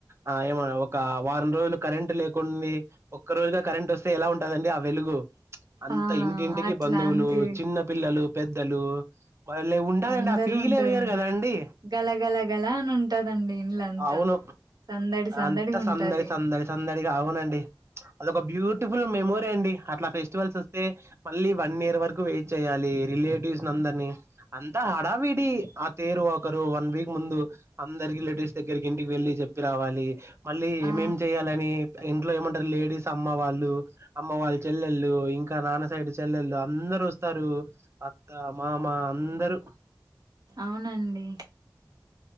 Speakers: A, on the right (about 35°); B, on the right (about 55°).
A: ఆ ఏమ ఒక వారం రోజులు కరెంట్ లేకుండి ఒక్క రోజుగా కరెంట్ వస్తే ఎలా ఉంటదండి ఆ వెలుగు అంత
B: ఆ
A: ఇంటి ఇంటికి
B: అట్లా
A: బంధవులు
B: అంతే
A: పిల్లలు పెద్దలు వాళ్ళ ఉంటదండి
B: అందరూ
A: ఆ ఫీల్
B: ఉంటారండి
A: అవ్యరు కదా అండి
B: గల గల గల అని ఉంటదండి ఇండ్లంతా
A: అవును
B: సందడి సందడిగా
A: అంతా
B: ఉంటది
A: సందడి సందడి సందడిగా అవునండి అదొక బ్యూటిఫుల్ మెమోరీ అండి అట్లా ఫెస్టివల్స్ వస్తే మళ్ళీ వన్ ఇయర్ వరకు వ చెయాలి రిలేటివ్స్ ని అందరిని అంతా హడావిడి ఆ తేరు ఒకరు వన్ వీక్ ముందు అందరి రిలేటివ్స్ దగ్గరికి ఇంటికి వెళ్ళి చెప్పి రావాలి మళ్ళీ
B: ఆ
A: ఏమేం చెయాలని ఇంట్లో ఏమంటారు లేడీస్ అమ్మ వాళ్ళు అమ్మ వాళ్ళ చెల్లెళ్ళు ఇంకా నాన్న సైడ్ చెల్లెళ్ళు అందరుూ వ ఇస్తారు అత్త మామ అంత ందరు
B: అవునండి